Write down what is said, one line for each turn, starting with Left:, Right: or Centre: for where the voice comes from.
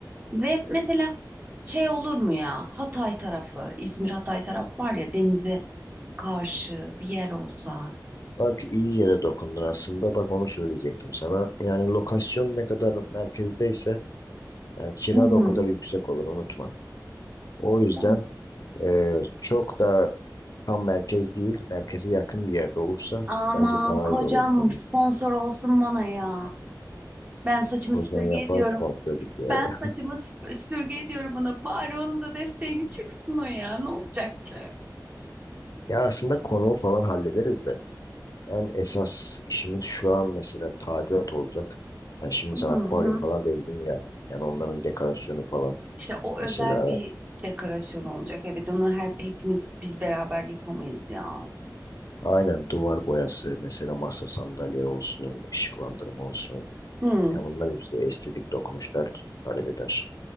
Right: Ve mesela şey olur mu ya Hatay tarafı, İzmir Hatay tarafı var ya denize karşı bir yer olsa.
Left: Bak iyi yere dokundun aslında. Bak onu söyleyecektim sana. Yani lokasyon ne kadar merkezdeyse yani kira
Right: Hı hı.
Left: da o kadar yüksek olur unutma. O yüzden
Right: Tamam.
Left: e, çok da tam merkez değil, merkeze yakın bir yerde olursa
Right: Aman
Left: bence daha
Right: kocam
Left: iyi olur. Yani
Right: sponsor olsun bana ya. Ben saçımı
Left: Kozan
Right: süpürge
Left: yapar
Right: ediyorum.
Left: dedik ya.
Right: Ben
Left: <laughs>
Right: saçımı süp- süpürge ediyorum bana. Bari onun da desteğini çıksın o ya. Ne olacak ki?
Left: Ya aslında konuğu falan hallederiz de. Yani esas işimiz şu an mesela tadilat olacak. Yani şimdi
Right: Hı
Left: sana akvaryum
Right: hı.
Left: falan dedim ya. Yani onların dekorasyonu falan.
Right: İşte o özel
Left: Mesela
Right: bir dekorasyon olacak. Evet onu her, hepimiz biz beraber yapamayız ya.
Left: Aynen duvar boyası mesela masa sandalye olsun, ışıklandırma olsun.
Right: Hı.
Left: Ya bunlar hepsi estetik dokunuşlar talep eder.